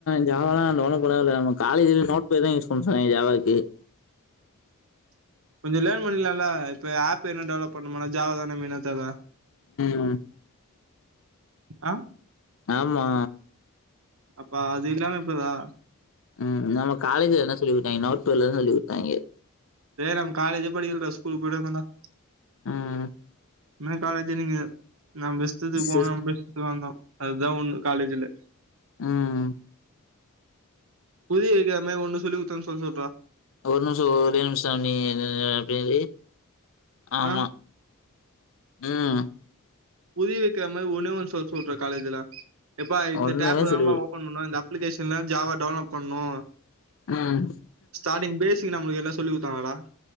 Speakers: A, on the left (about 65°); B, on the right (about 65°).
A: ஜாவாலா நா டவ்ண்லோட் பண்ணவேல நம்ம காலேஜ்ல நோட் பேட் தாயூஸ் பண்வ ஜாவாக்கு
B: கொஞ்சோ லேர்ன் பண்ணிக்லால்ல இப்ப ஆப் எத்னா டெவ்லப் பண்ணம்னா ஜாவா தானே மெய்னாத் தேவ
A: ம்
B: அ
A: ஆமா
B: அப்ப அது இல்லாம எப்புர்றா
A: ம் நம்ம காலேஜ்ல என்ன சொல்லி குத்தாய்ங்க நோட் பேட்லதா சொல்லி குத்தாய்ங்க
B: டே நாம காலேஜ்ஜே படிக்லா டா ஸ்கூல் போய்ட்டு வந்தோ டா
A: ம்
B: இன்ன காலேஜ்ஜி நீங்க நம்ப இஷ்டத்துக்கு
A: சு
B: போனோ நம்ப இஷ் க்கு வந்தோ அதுதா உண்ம காலேஜ்ஜில
A: ம்
B: புரிய வெக்ற மாரி ஒண்ணு சொல்லி குத்தாங்னு சொல்ல சொல்றா
A: ஒரு நிம்ஷோ ஒரே நிம்ஷோ நீ அப்டே இரு ஆமா
B: ஆ
A: ம்
B: புதிய வைக்கிற மாரி ஒணே ஒன் சொல் சொல்றே காலேஜ்ல எப்பா இந்த
A: ஒண்ணுமே
B: டேப் தாப்பா
A: சொல்லி
B: ஒப ன் பண்ணனு இந்த அப்ளிகேஷன்ல ஜாவா டவுலோட் பண்ணனு
A: ம்
B: ஸ்டார்டிங் பேஸிக் நம்மளுக்கு என்ன சொல்லி கொடுத்தாங்களடா